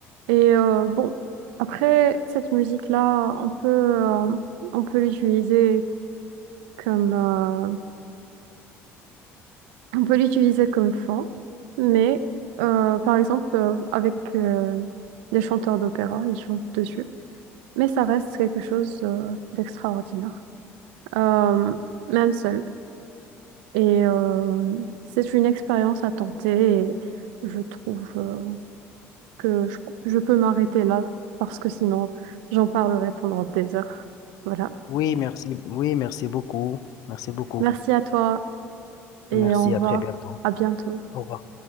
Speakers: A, on the right; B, on the left.
A: Et euh, bon, après cette musique-là, on peut, euh, on peut l'utiliser comme, euh, on peut l'utiliser comme fond, mais euh, par exemple euh, avec euh, des chanteurs d'opéra, ils chantent dessus, mais ça reste quelque chose euh, d'extraordinaire, Euh, même seul. Et euh, c'est une expérience à tenter et je trouve euh, que je, je peux m'arrêter là parce que sinon j'en parlerai pendant des heures. Voilà.
B: Oui, merci. Oui, merci beaucoup. Merci beaucoup.
A: Merci à toi
B: Merci,
A: et au revoir.
B: à très bientôt.
A: À bientôt.
B: Au revoir.